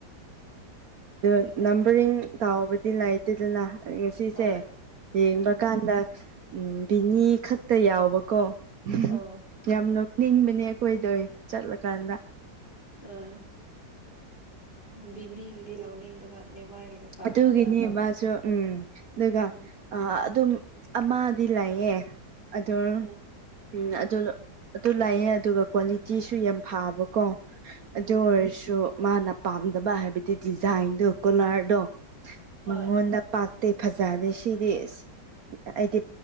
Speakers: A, on the right; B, on the left.
A: ꯑꯣ ꯅꯝꯕꯔꯤꯡ ꯇꯥꯎꯕꯗꯤ ꯂꯩꯇꯦꯗꯅ ꯉꯁꯤꯁꯦ
B: ꯍꯣꯏ
A: ꯌꯦꯡꯕ
B: ꯎꯝ
A: ꯀꯥꯟꯗ ꯎꯝ ꯕꯤꯅꯤ ꯈꯛꯇ ꯌꯥꯎꯕꯀꯣ ꯎꯍꯨꯝ-ꯍꯨꯝ
B: ꯑꯣ
A: ꯌꯥꯝ ꯅꯤꯡꯕꯅꯦ ꯑꯩꯈꯣꯏꯗꯣꯏ ꯆꯠꯂꯀꯥꯟꯗ
B: ꯎꯝ ꯕꯤꯅꯤ ꯒꯤꯗꯤ ꯂꯧꯅꯤꯡꯗꯕ ꯅꯦꯃꯥꯔꯒꯤꯅ ꯄꯥꯝꯕ
A: ꯑꯗꯨꯒꯤꯅꯦ
B: ꯃꯥꯗꯣ
A: ꯃꯥꯁꯨ ꯎꯝ ꯑꯗꯨꯒ
B: ꯎꯝ
A: ꯑ ꯑꯗꯨꯝ ꯑꯃꯗꯤ ꯂꯩꯥꯛꯌꯦ ꯑꯗꯨꯝ
B: ꯎꯝ
A: ꯎꯝ ꯑꯗꯨ ꯑꯗꯨ ꯂꯥꯛꯑꯦ ꯑꯗꯨꯒ ꯀ꯭ꯋꯥꯂꯤꯇꯤꯁꯨ ꯌꯥꯝ ꯐꯕ ꯀꯣ
B: ꯎꯝ
A: ꯑꯗꯨ ꯑꯣꯏꯔꯁꯨ ꯃꯥꯅ ꯄꯥꯝꯗꯕ ꯍꯥꯏꯕꯗꯤ ꯗꯤꯖꯥꯏꯟꯗꯣ ꯀꯣꯂꯔꯗꯣ
B: ꯍꯣꯏ
A: ꯃꯪꯉꯣꯟꯗ ꯄꯥꯠ ꯑꯇꯩ ꯐꯖꯗꯦ ꯁꯤꯗꯤ ꯑꯁ ꯑꯩꯗꯤ